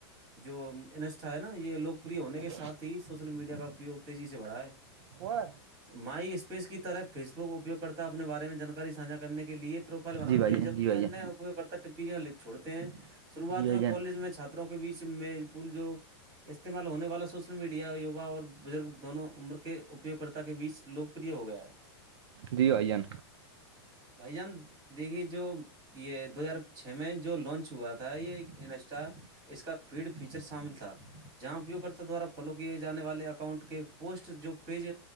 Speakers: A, on the right (about 30°); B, on the right (about 75°).
A: جو انسٹا ہے نا یہ لوگ ہونے
B: ہے
A: کے ساتھ ہی سوشل میڈیا کا اپیگ تیزی سے بڑھا ہے
B: وہ
A: مائی اسپیس کی طرح فیس بک اپیو کرتا اپنے بارے میں جانکاری سانھا کرنے کے لیے پروفائل بناتے
B: جی بھائی
A: ہیں جبکہ
B: جان جی بھائی
A: انیہ
B: جان
A: اپیوگ کرتا پیاں چھوڑتے ہیں شروعات
B: جی بھائی
A: میں
B: جان
A: کالج میں چھاتروں کے بیچ می پل جو استعمال ہونے والا سوشل میڈیایوا اور بزرگ دونوں عمر کے اپیوگکرتا کے بیچ لوکپریہ ہو گیا ہے
B: جی بھائی جان
A: بھجن دیکھ جو یہ دو ہزار چھ میں جو لانچ ہوا تھا یہ انسٹا اس کا فیڈ فیچر شامل تھا جہاں اپیو کررتا دوارا فالو کیے جے والے اکاؤنٹ کے پوسٹ جو پیج